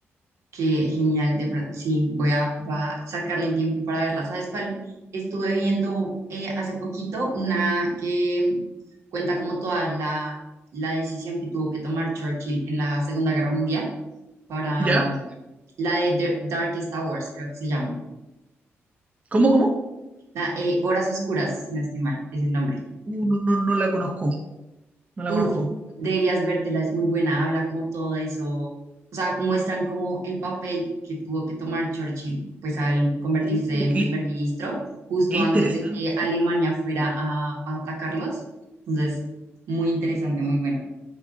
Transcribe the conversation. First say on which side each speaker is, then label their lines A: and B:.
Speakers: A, on the right; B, on the right.
A: Qué genial, de pronto. Sí, voy a, va a sacarle el tiempo para verla. ¿Sabes cuál? Estuve viendo eh, hace poquito una que cuenta como toda la, la decisión que tuvo que tomar Churchill en la Segunda Guerra Mundial para
B: ¿Ya?
A: mm, la de The Darkest Hours, creo que se llama.
B: ¿Cómo, cómo?
A: La, eh, Horas Oscuras, si no estoy mal, es el nombre.
B: Uh, no, no, no la conozco, no la
A: Uf,
B: conozco.
A: deberías vértela, es muy buena, habla como todo eso, o sea, muestran como el papel que tuvo que tomar Churchill, pues al convertirse
B: Uh,
A: en
B: qué,
A: primer ministro, justo
B: qué interesante,
A: antes de que Alemania
B: ¿eh?
A: fuera a, a atacarlos. Entonces, muy interesante, muy buena.